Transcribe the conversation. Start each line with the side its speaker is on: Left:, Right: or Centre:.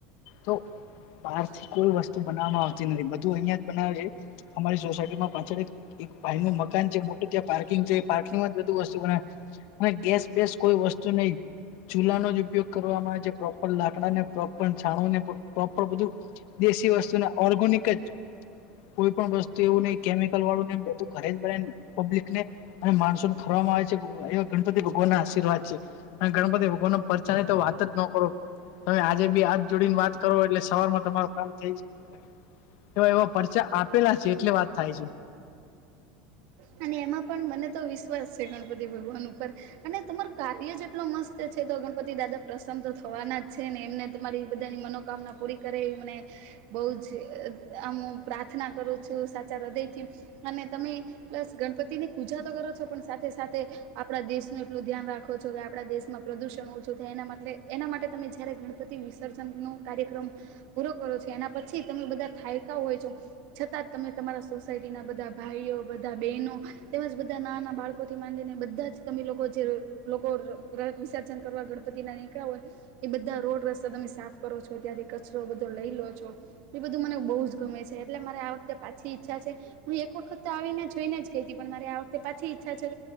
Left: તો બહાર થી કોઈ વસ્તુ બનાવવામાં આવતી નથી બધું અહિયાં જ બનાવે છે અમારી સોસાયટીમાં પાછળ એક ભાઈ નું મકાન છે મોટું ત્યાં પાર્કિંગ છે પાર્કિંગમાં બધું વસ્તુ બનાવે ગેસ બે કોઈ વસ્તુ નહી ચૂલાનો જ ઉપયોગ કરવામાં આવે છે પ્રોપર લાકડાને પ્રોપર છાણું ને પ્રોપર બધું દેશી વસ્તુને ઓર્ગેનિક જ કોઈ પણ વસ્તુ એવું નહી કેમિકલ વાળું ન બધું ઘરે જ બ પ્લિકને અને માણસોને ખરવામાં આવે છે એવા ગણપતિ ભગવાન ના આશીવાત છે ગણપતિ ભગવાનના પરચાની તો વાત જ ન કરો. <unintelligible> આજે બી હાથ જોડીને વાત કરો એટલે સવારમાં તમારું કામ થઈ જ એવા પરચા આપેલા છે એટલે વાત થાય છે.
Right: અને એમાં પણ મને તો વિશ્વાસ છે ગણપતિ ભગવાન ઉપર અને તમાર કાર્ય જેટલો મસ્ત છે તો ગણપતિ દાદા પ્રશન્ન તો થવાના જ છે ને એમને તમારી બધાની મનોકામના પૂરી કરે એવી મને બૌ જ આમું પ્રાર્થના કરું છું. સાચા હૃદયથી અને તમે પ્લસ ગણપતિની પૂજા તો કરો છો પણ સાથે સાથે આપણા દેશનું એટલું ધ્યાન રાખો છો કે આપણા દેશમાં પ્રદૂષણ ઓછું થાય એના માટે એના માટે તમે જ્યારે ગણ પતિ વિસર્જન નો કાર્યક્રમ પૂરો કરો છો એના પછી તમે બધા થાયકા હોય છો છતાં તમે તમારા સોસાયટી ના બધા ભાઈઓ બધા બહેનો તેમજ બધા નાના બાળકોથી માંડીને બધા જ તમે લોકો જે લોકો વિસર્જન કરવા ગણપતિ ના નીકળ્યા હોય એ બધા રોડ ર તમે સાફ કરો છો ત્યાંથી કચરો બધો લઈ લો છો એ બધું મને બહુ જ ગમે છે એટલે મારે આ વખતે પાછી ઈચ્છા છે હું એક વખત તો આવીને જોઈને જ કહી હતી પણ મારી આ વખતે પાછી ઈચ્છા છે